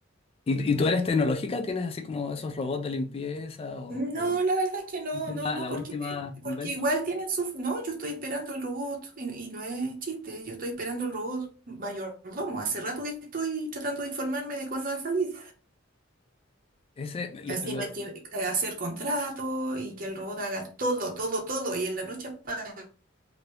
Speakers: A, on the left; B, on the right.
A: ¿Y, y tú eres tecnológica? ¿Tienes así como esos robots de limpieza o,
B: No,
A: o
B: la verdad es que no,
A: la última-
B: no, no,
A: la
B: porque,
A: última
B: porque
A: invento?
B: igual tienen su... No, yo estoy esperando el robot y, y no es chiste, yo estoy esperando el robot mayordomo. Hace rato que estoy tratando de informarme de cuándo va a salir.
A: Ese, lo-
B: Así
A: lo-
B: no hay que eh, hacer contrato y que el robot haga todo, todo, todo y en la noche apaga